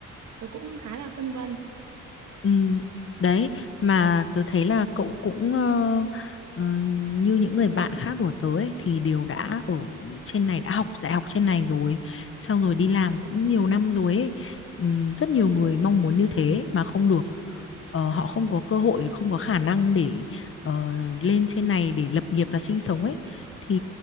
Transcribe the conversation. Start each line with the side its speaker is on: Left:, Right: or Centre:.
Right: tớ cũng khá là phân vân.
Left: Ừ, đấy mà tớ thấy là cậu cũng ờ, ờ, như những người bạn khác của tớ ấy, thì đều đã ở trên này đã học đại học trên này rồi xong rồi đi làm cũng nhiều năm rồi ấy. Ừ, rất nhiều người mong muốn như thế mà không được Ờ, họ không có cơ hội không có khả năng để ờ, lên trên này để lập nghiệp và sinh sống ấy thì